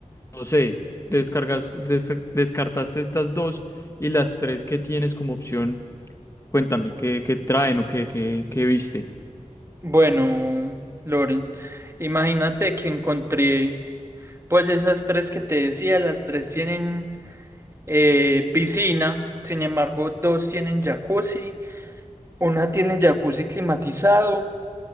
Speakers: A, on the left; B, on the right.
A: no sé, descargas, desca- descartaste estas dos y las tres que tienes como opción, cuéntame, ¿qué, qué traen o qué, qué, qué viste?
B: Bueno, Lorenz, imagínate que encontré pues esas tres que te decía, las tres tienen eh, piscina, sin embargo dos tienen jacuzzi, una tiene jacuzzi climatizado,